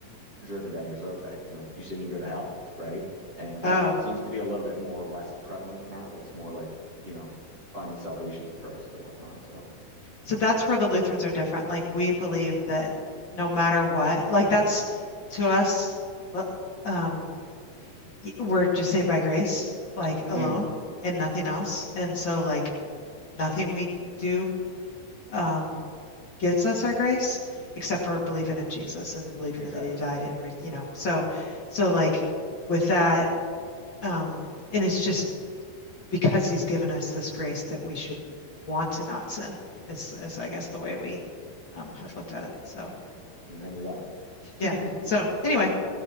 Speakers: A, on the right (about 30°); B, on the left (about 40°).
A: driven down your throat that, you know, you sin, you go to hell, right? And that
B: Oh,
A: seems to be a little bit more or less prevalent now. It's more like, you know, finding salvation through Christ or whatnot. So,
B: so that's where the Lutherans are different. Like we believe that no matter what, like that's to us, l- um, y- we're just saved by grace, like alone
A: mm,
B: and nothing else. And so like nothing we do um gets us our grace except for believing in Jesus and believing
A: exactly.
B: that he died and re you know. So so like with that um and it's just because he's given us this grace that we should want to not sin is, is I guess the way we um, have looked at it. So
A: Amen to that.
B: yeah. So anyway,